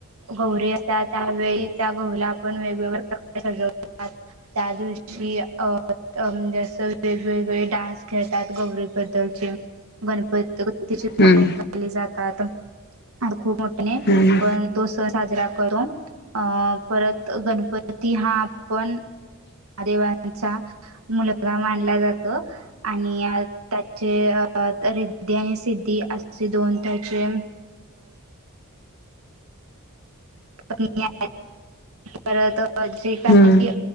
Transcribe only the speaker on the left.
हम्म
हम्म
हम्म